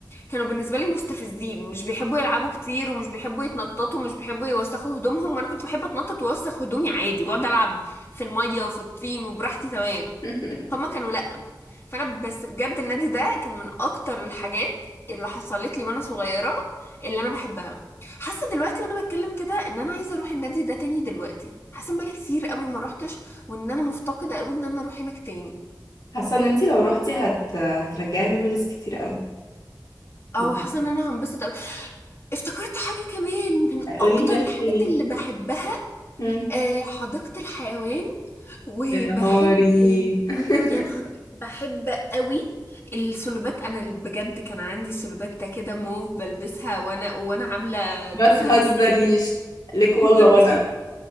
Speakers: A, on the left; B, on the left.
A: كانوا بالنسبة لي مستفزين مش بيحبوا يلعبوا كتير ومش بيحبوا يتنططوا ومش بيحبوا يوسخوا هدومهم وانا كنت بحب اتنطط واوسخ هدومي عادي واقعد العب في المية وفي الطين وبراحتي تمام
B: <laughs>
A: هما كانوا لا فانا بس بجد النادي ده كان من اكتر الحاجات اللي حصلت لي وانا صغيره اللي انا بحبها حاسه دلوقتي وانا بتكلم كده ان انا عايزه اروح النادي ده تاني دلوقتي حاسه ان بقالي كتير قوي ما روحتش وان انا مفتقده قوي ان انا اروح هناك تاني
B: حاسة إن أنتي لو روحتي هت هترجعي ميموريز كتير قوي
A: او
B: بجد
A: حاسه ان انا هنبسط قوي افتكرت حاجه كمان من
B: قولي
A: اكتر
B: لي
A: الحاجات
B: احكي لي
A: اللي بحبها
B: مم.
A: آه، حديقة الحيوان وبحب
B: يا نهاري <laughs>
A: يا نهار أوي. بحب قوي السلوبات انا بجد كان عندي سلوبات كده موف بلبسها وانا وانا عامله ضفيرتين
B: ما تهزريش لك والله
A: وبلبسها
B: وانا